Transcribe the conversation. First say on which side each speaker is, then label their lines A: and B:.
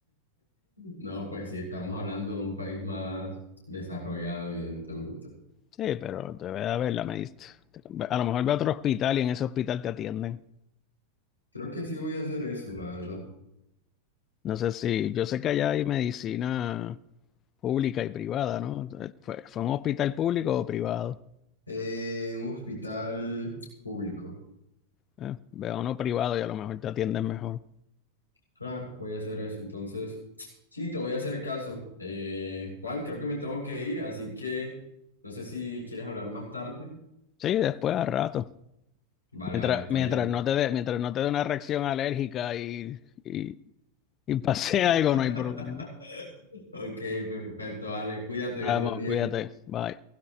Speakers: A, on the left; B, on the left.
A: No, pues sí, estamos hablando de un país más desarrollado, evidentemente.
B: Sí, pero te voy a verla, me diste. A lo mejor ve a otro hospital y en ese hospital te atienden.
A: Creo que sí voy a hacer eso, la verdad.
B: No sé si, yo sé que allá hay medicina pública y privada, ¿no? ¿Fue, fue un hospital público o privado?
A: Eh, un hospital público.
B: Eh, ve a uno privado y a lo mejor te atienden mejor.
A: Claro, voy a hacer eso. Entonces, sí, te voy a hacer caso. Eh, Juan, creo que me tengo que ir, así que no sé si quieres hablar más tarde.
B: Sí, después a rato.
A: Vale,
B: Mientras,
A: vale, está
B: mientras
A: bien.
B: no te dé, mientras no te dé una reacción alérgica y, y, y pase <laughs> algo,
A: <laughs>
B: no hay problema.
A: Ok, perfecto, vale. Cuídate,
B: Vamos,
A: que estés bien.
B: cuídate. Bye.